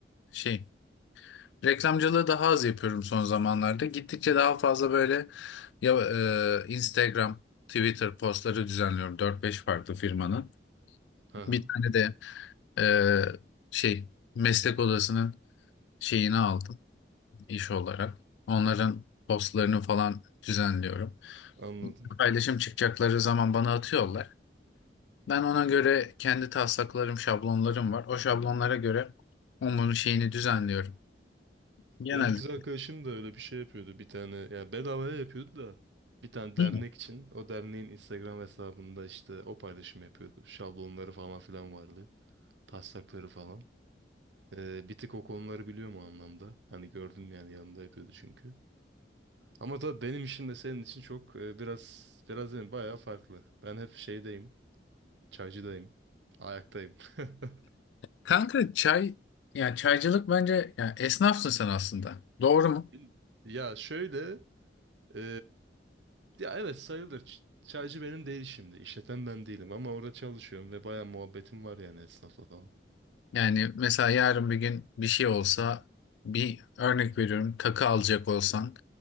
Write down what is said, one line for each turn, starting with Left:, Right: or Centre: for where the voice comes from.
Left: şey reklamcılığı daha az yapıyorum son zamanlarda. Gittikçe daha fazla böyle ya e, Instagram, Twitter postları düzenliyorum dört beş farklı firmanın.
Right: Hı hı,
Left: Bir tane de e, şey meslek odasının şeyini aldım. iş olarak. Onların postlarını falan düzenliyorum.
Right: anladım.
Left: Paylaşım çıkacakları zaman bana atıyorlar. Ben ona göre kendi taslaklarım, şablonlarım var. O şablonlara göre onun şeyini düzenliyorum. Genelde.
Right: Benim kız arkadaşım da öyle bir şey yapıyordu. Bir tane yani bedavaya yapıyordu da bir tane dernek
Left: Hı.
Right: için. O derneğin Instagram hesabında işte o paylaşım yapıyordu. Şablonları falan filan vardı. Taslakları falan. Ee, bir tık o konuları biliyorum o anlamda. Hani gördüm yani yanında yapıyordu çünkü. Ama tabii benim işim de senin için çok e, biraz biraz değil, bayağı farklı. Ben hep şeydeyim, çaycıdayım, ayaktayım. <laughs>
Left: Kanka çay, yani çaycılık bence yani esnafsın sen aslında. Doğru mu?
Right: Bil- Ya şöyle, e, ya evet sayılır. Ç- Çaycı benim değil şimdi. İşleten ben değilim ama orada çalışıyorum ve bayağı muhabbetim var yani esnafla falan.
Left: Yani mesela yarın bir gün bir şey olsa bir örnek veriyorum takı alacak olsan